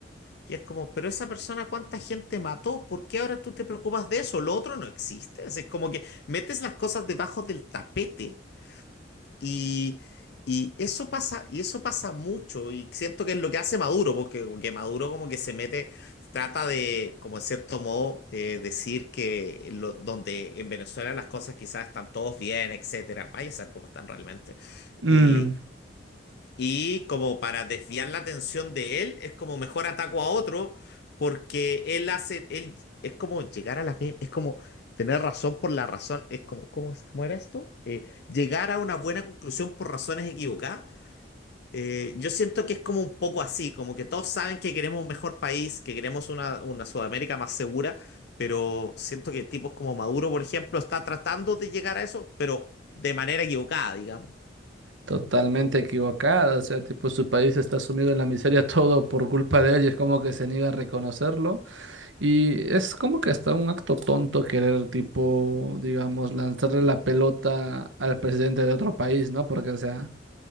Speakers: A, on the left; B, on the right.
A: Y es como, pero esa persona, ¿cuánta gente mató? ¿Por qué ahora tú te preocupas de eso? Lo otro no existe. Es como que metes las cosas debajo del tapete y, y eso pasa, y eso pasa mucho, y siento que es lo que hace Maduro, porque como que Maduro como que se mete, trata de, como en cierto modo, eh, decir que lo- donde en Venezuela las cosas quizás están todos bien, etcétera, vaya a ser como están realmente.
B: Mm,
A: y y como para desviar la atención de él, es como mejor ataco a otro porque él hace, él es como llegar a la misma, es como tener razón por la razón, es como, ¿cómo, es- cómo era esto? Eh, llegar a una buena conclusión por razones equivocadas. Eh, yo siento que es como un poco así, como que todos saben que queremos un mejor país, que queremos una, una Sudamérica más segura, pero siento que tipos como Maduro, por ejemplo, está tratando de llegar a eso, pero de manera equivocada, digamos.
B: totalmente equivocada. O sea, tipo, su país está sumido en la miseria todo por culpa de él y es como que se niega a reconocerlo. Y es como que hasta un acto tonto querer, tipo, digamos, lanzarle la pelota al presidente de otro país, ¿no? Porque, o sea,